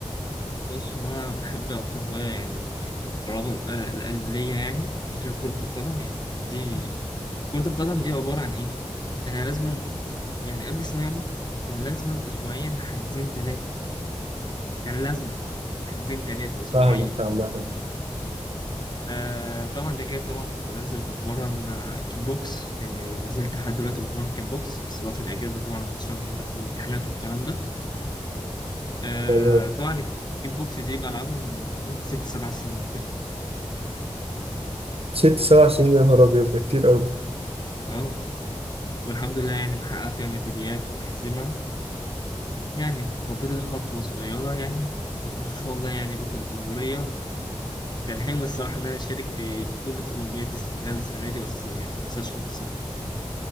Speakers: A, on the left; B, on the right.
A: بص هو انا بحب اكتر هوايه يعني قرابة ال- القلب ليا يعني غير كرة القدم يعني دي كرة القدم دي عبارة عن ايه؟ انا لازم يعني قبل الثانوية عامة كان لازم اسبوعيا حجزين ثلاثة كان لازمة حاجزين تلاتة أسبوعية
B: فاهمك عامة
A: آه طبعا ده غير طبعا كنت بنزل بتمرن آه، كيك بوكس يعني نزلت لحد دلوقتي بتمرن كيك بوكس بس واخد أجازة طبعا عشان فترة الامتحانات والكلام ده آه
B: يعني
A: طبعا الكيك بوكس دي بلعبها من من ست سبع سنين كده
B: ست سبع سنين يا نهار ابيض ده كتير قوي
A: اه والحمد لله يعني محقق فيها ميداليات وحزمة يعني فاضل لي خطوة صغيرة يعني وأبقى إن شاء الله يعني بطل جمهورية كان حلم الصراحة إن أنا أشارك في بطولة أولمبياد السنغال السنة دي بس يعني محصلش نصيب